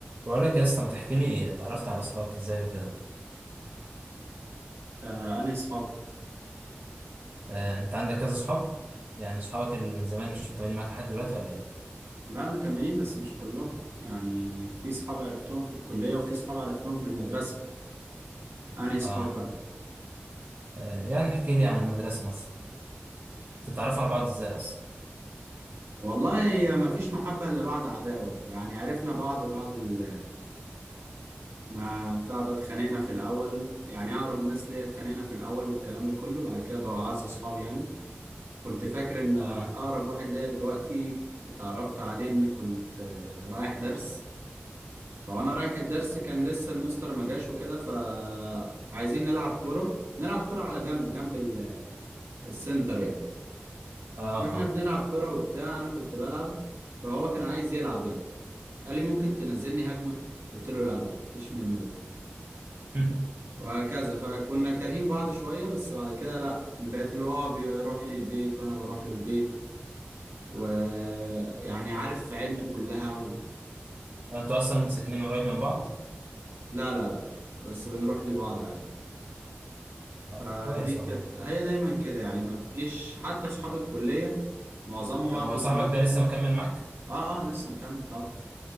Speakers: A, on the right; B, on the right.
A: بقول لك يا اسطى ما تحكي لي اتعرفت على اصحابك ازاي وكده
B: آه أنهي صحاب؟
A: آه، انت عندك كذا اصحاب يعني اصحابك اللي من زمان مش مكملين معاك لحد دلوقتي ولا ايه
B: لا مكملين بس مش كلهم يعني في صحاب عرفتهم في الكلية وفي صحاب عرفتهم في المدرسة أنهي صحاب
A: اه
B: بقى؟
A: آه، يعني احكي لي عن المدرسه مثلا تتعرفوا على بعض ازاي اصلا
B: والله هي ما فيش محبة إلا بعد عداوة يعني عرفنا بعض بعد ال... ما بتاع ده اتخانقنا في الأول يعني أقرب الناس ليا اتخانقنا في الأول والكلام ده كله بعد كده بقوا أعز صحاب يعني كنت فاكر إن أقرب
A: اه
B: واحد ليا دلوقتي اتعرفت عليه إن كنت آه، رايح درس هو انا رايح الدرس كان لسه المستر ما جاش وكده فعايزين نلعب كوره نلعب كوره على جنب جنب ال- السنتر يعني
A: اه
B: واحنا
A: اه
B: بنلعب كوره وبتاع انا كنت بلعب فهو كان عايز يلعب يعني قال لي ممكن تنزلني هجمه قلت له لا ما فيش منه ده
A: <laughs>
B: وهكذا فكنا كارهين بعض شويه بس بعد كده لا من بقيت اللي هو بيروح لي البيت وانا بروح له البيت ويعني عارف عيلته كلها و...
A: آه، انتوا اصلا ساكنين قريب من بعض
B: لا لا لا بس بنروح لبعض عادي
A: اه
B: فدي
A: طب كويس والله
B: كانت هي دايما كده يعني ما بتجيش حتى اصحاب الكليه معظمهم
A: طب
B: انا
A: هو
B: كنت
A: صاحبك
B: م...
A: ده لسه مكمل معاك
B: اه اه لسه مكمل طبعا